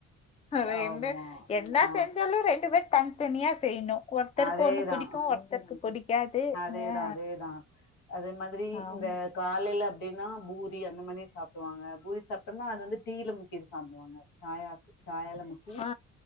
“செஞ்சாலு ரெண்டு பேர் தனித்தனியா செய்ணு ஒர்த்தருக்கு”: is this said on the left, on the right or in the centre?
Left